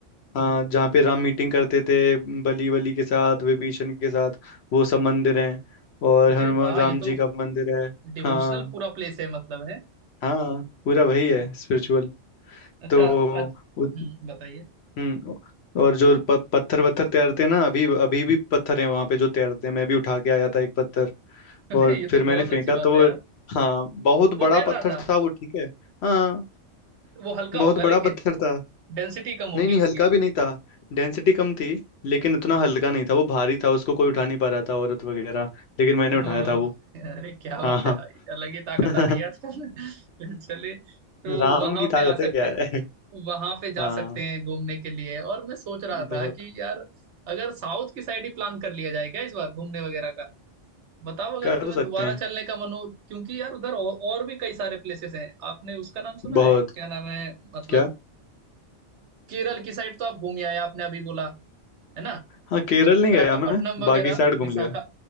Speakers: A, on the left (about 65°); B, on the right (about 70°).
A: हाँ
B: हम्म
A: जहाँ पे राम मीटिंग करते थे बली वली के साथ विभीषण के साथ वो सब मंदिर हैं और
B: अरे
A: हनुमान
B: वाह
A: राम
B: ये
A: जी
B: तो
A: का मंदिर है
B: डिवोशनल
A: हाँ
B: पूरा प्लेस है मतलब है
A: हाँ पूरा वही
B: अरे
A: है स्पिरिचुअल
B: अच्छा
A: तो
B: अच्छा
A: वो
B: हम्म बताइए
A: हम्म और जो प, पत्थर वत्थर तैरते हैं ना अभी अभी भी पत्थर हैं वहाँ पे जो तैरते हैं मैं भी उठा के आया था एक पत्थर
B: <laughs> अरे
A: और
B: ये
A: फिर
B: तो
A: मैंने
B: बहुत
A: फेंका
B: अच्छी बात
A: तो वो
B: है यार
A: हाँ बहुत
B: वो
A: बड़ा
B: तैर रहा
A: पत्थर
B: था
A: था वो ठीक है हाँ
B: वो हल्का
A: बहुत
B: होगा लेकिन
A: बड़ा पत्थर था
B: डेंसिटी कम
A: नहीं
B: होगी
A: नहीं
B: उसकी
A: हल्का भी नहीं था डेंसिटी कम थी लेकिन उतना हल्का नहीं था वो भारी था उसको कोई उठा नहीं पा रहा था औरत वगैरह लेकिन मैंने
B: ओह
A: उठाया था वो
B: अरे क्या
A: हाँ
B: बात
A: हाँ
B: है भाई अलग ही ताकत
A: <laughs>
B: आ रही है आजकल <laughs> चलिए तो
A: राम
B: वहां
A: की
B: पे
A: ताकत
B: आ
A: है
B: सकते
A: क्या है
B: वहां पे जा
A: हाँ
B: सकते हैं घूमने के लिए और मैं सोच रहा
A: बहुत
B: था कि यार अगर साउथ की साइड ही प्लान कर लिया जाए क्या इस बार घूमने वगैरह का बताओ अगर
A: कर
B: तुम्हें
A: सकते
B: दोबारा
A: हैं
B: चलने का मन हो क्योंकि यार उधर औ, और भी कई सारे प्लेसेस हैं आपने उसका नाम सुना
A: बहुत
B: है क्या नाम है मतलब
A: क्या
B: केरल की साइड तो आप घूम आए आपने अभी बोला है ना
A: हाँ केरल
B: विशाखापट्टनम
A: नहीं गया मैं
B: वगैरह
A: बाकी साइड घूम
B: विशाखा
A: लिया